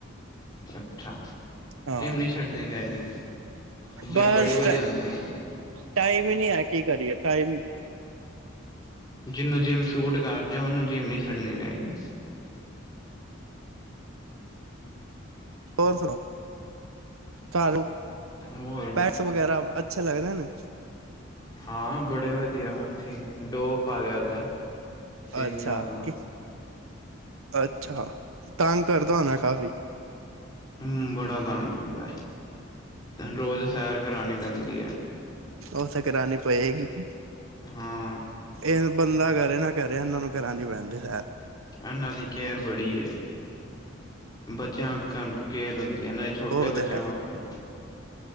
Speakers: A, on the left; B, on the right.
A: ਅੱਛਾ।
B: ਹਾਂ
A: ਜਿੰਮ ਨਹੀਂ ਛੱਡਣੀ ਚਾਹੀਦੀ, ਜਿੰਮ
B: ਬਸ
A: ਬੜੀ ਵਧੀਆ ਹੁੰਦੀ ਹੈ।
B: ਟਾਈਮ ਹੀ ਨੀ ਹੈ ਕੀ ਕਰੀਏ, ਟਾਈਮ
A: ਜਿਹਨੂੰ ਜਿੰਮ ਸੂਟ ਕਰਜੇ ਓਨੂੰ ਜਿੰਮ ਨਹੀਂ ਛੱਡਣੀ ਚਾਹੀਦੀ।
B: ਹੋਰ ਸੁਣਾਓ ਘਰ
A: ਹੋਰ
B: ਪੈਕਸ ਵਗੈਰਾ ਅੱਛੇ ਲੱਗਦੇ ਨੇ
A: ਹਾਂ ਬੜੇ ਵਧੀਆ, ਅਸੀ ਡੋਗ ਪਾ ਲਿਆ ਦਾ ਤਿੰਨ
B: ਅੱਛਾ-
A: ਸਾਲ ਦਾ
B: ਕੀ, ਅੱਛਾ ਤੰਗ ਕਰਦਾ ਹੋਣਾ ਕਾਫ਼ੀ
A: ਹਮ ਬੜਾ ਤੰਗ ਕਰਦਾ, ਰੋਜ਼ ਸੈਰ ਕਰਾਉਣੀ ਪੈਂਦੀ ਹੈ।
B: ਉਹ ਤਾਂ ਕਰਾਣੀ ਪਏਗੀ ਕਿ
A: ਹਾਂ
B: ਇਹ ਬੰਦਾ ਕਰੇ ਨਾ ਕਰੇ ਇਹਨਾਂ ਨੂੰ ਕਰਾਨੀ ਪੈਂਦੀ ਹੈ।
A: ਇਹਨਾਂ ਦੀ ਕੇਅਰ ਬੜੀ ਹੈ, ਬੱਚਿਆਂ ਕਰਕੇ <unintelligible> ਹੁੰਦੀ ਹੈ ਇਹਨਾਂ ਛੋਟੇ
B: ਉਹ ਤੇ
A: ਬੱਚਿਆਂ
B: ਹੈ
A: ਵਾਂਗ ਕਰ